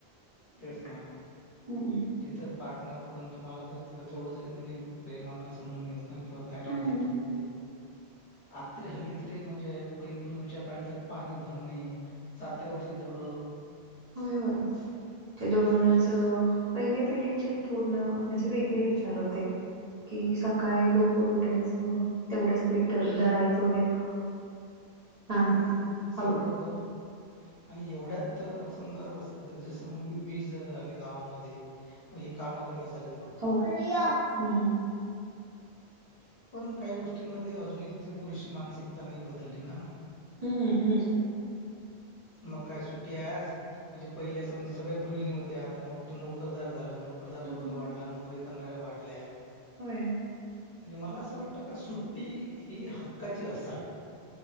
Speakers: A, on the left; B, on the right.
A: तेच
B: नाही का?
A: ना.
B: हम्म
A: तिथं पार्टनरकडून तुम्हाला जर तिथं थोडं जरी म्हणजे प्रेमान समजून घेत नाही किंवा काय राहू
B: हम्म
A: दे तू आता तरी हल्ली तरी म्हणजे पै पूर्वीच्या काळी तर पाणी भरणे जात्या वरती दळण
B: होय होय, ते दळूनच पहिले पिढींचे पूर्ण, म्हणजे वेगळे विचार होते. की काय लवकर उठायचं, तेवढ्या स् पीठ दळायचं वगैरे हा
A: आणि
B: हा हळू
A: सगळं करून आणि एवढ्यात समजा जस मग मी वीज आली गावामध्ये, मग ही कामं कमी झालीत.
B: हो हम्म हम्म.
A: पण काही गोष्टीमध्ये अजूनही ते पुरुष मानसिकता नाही बदलली ना.
B: हम्म हम्म.
A: मग काय सुट्टी आहे आज, म्हणजे पहिले समजा सगळ्या गृहिणी होत्या. आता नोक नोकरदार झाला, नोकरदार
B: हम्म
A: वर्ग वाढला, नोकरी करणाऱ्या वाढल्या.
B: होय.
A: म्हणजे मला असं वाटतं का सुट्टी ही हक्काची असावी.